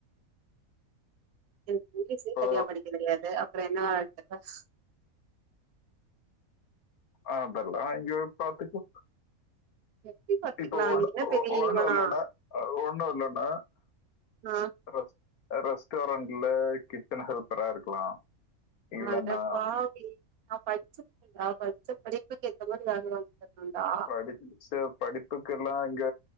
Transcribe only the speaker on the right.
எனக்கு இங்கிலீஷே
சரியா படிக்க தெரியாது அப்புறம் என்ன வா <inaudible>
எப்டி பாத்துக்கலா
நீ என்ன பெரிய
இவனா
ஆ
அட பாவி நா படி ச்சு நா படிச்ச படிப்புக்கு ஏத்த மாதிரி வேல வாங்கி தரனும்டா